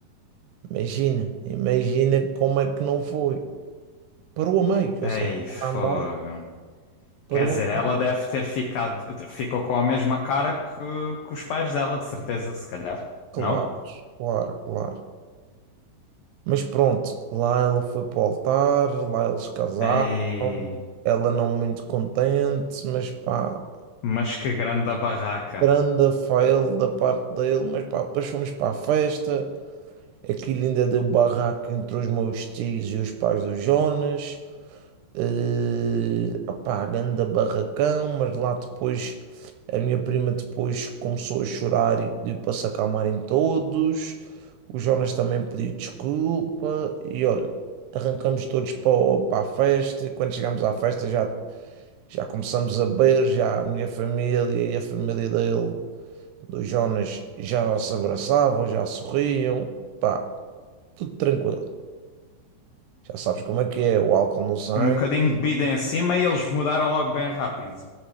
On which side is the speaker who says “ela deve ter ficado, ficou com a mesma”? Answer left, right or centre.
Left